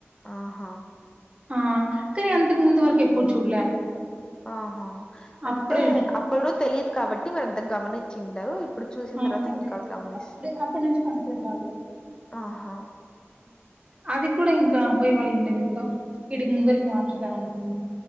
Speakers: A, on the left; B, on the right.
A: ఆహా
B: ఆ కానీ అంతకు ముందు వరకు ఎప్పుడు చూడలే
A: ఆహా అంటే
B: అప్పుడే
A: అప్పుడు తెలిదు కాబట్టి మీరు ఎంత గమనించి ఉండరు ఇప్పుడు చూసిన
B: ఆ
A: తర్వాత
B: అదే
A: ఇంకా
B: అదే
A: గమనిస్తున్నారు
B: అప్పుడే అప్పటి నుంచి కనపడరు వాళ్ళు
A: ఆహా
B: అది కూడా ఇంకా అబ్బాయి వాళ్ళు ఉండేది ఇంకా ఇడికి ముందరికి
A: హ్మ్.
B: మార్చుతారు అనుకుంటా